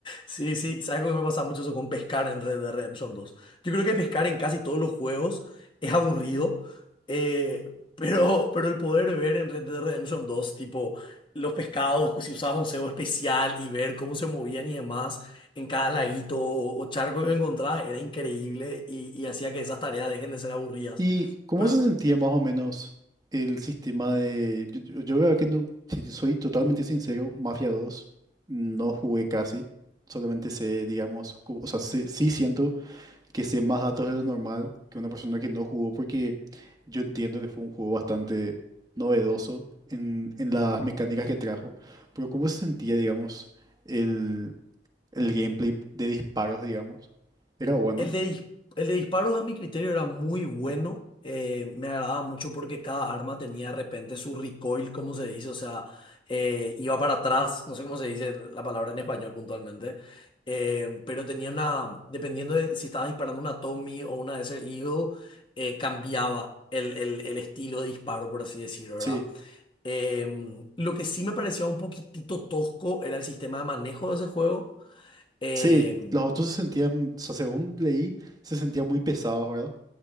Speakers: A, on the left; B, on the right.
A: Sí, sí, ¿sabes algo que me pasa mucho eso con pescar en Red Dead Redemption dos. Yo creo que pescar en casi todos los juegos es aburrido, eh, pero, pero el poder ver en Red Dead Redemption dos tipo, los pescados, si usabas un cebo especial y ver cómo se movían y demás en cada laguito o, o charco que encontrabas, era increíble y, y hacía que esas tareas dejen de ser aburridas.
B: ¿Y cómo
A: Pero
B: se sentía más o menos el sistema de... Yo, yo- yo la verdad que no, si te soy totalmente sincero, Mafia dos no jugué casi, solamente sé, digamos, cu- o sea, sí, sí siento que sé más datos de lo normal que una persona que no jugó, porque yo entiendo que fue un juego bastante novedoso en, en las mecánicas que trajo, pero ¿cómo se sentía, digamos, el, el gameplay de disparos, digamos? Era bueno.
A: El de, dis- el de disparos a mi criterio era muy bueno. eh, me agradaba mucho porque cada arma tenía de repente su recoil, como se dice, o sea, eh, iba para atrás, no sé cómo se dice la palabra en español puntualmente, eh, pero tenía una, dependiendo de si estaba disparando una Tommy o una Desert Eagle, eh, cambiaba el, el- el estilo de disparo, por así decirlo,
B: Sí,
A: ¿verdad? Em, lo que sí me parecía un poquitito tosco era el sistema de manejo de ese juego. Em,
B: Sí, los autos se sentían, o sea, según leí, se sentían muy pesados, ¿verdad?